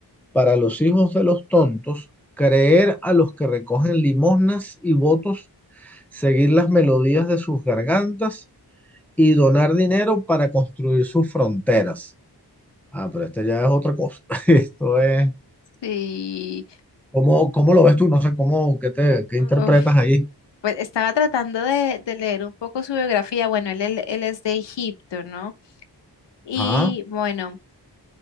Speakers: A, in the centre; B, on the left.
A: para los hijos de los tontos, creer a los que recogen limosnas y votos, seguir las melodías de sus gargantas y donar dinero para construir sus fronteras. Ah, pero este ya es otra cosa. <laughs> Esto es...
B: Sí.
A: ¿Cómo, cómo lo ves tú? No sé cómo, ¿qué te, qué
B: Uf,
A: interpretas ahí?
B: Pues estaba tratando de, de leer un poco su biografía. Bueno, él, él, él es de Egipto, ¿no? Y
A: Ajá.
B: bueno,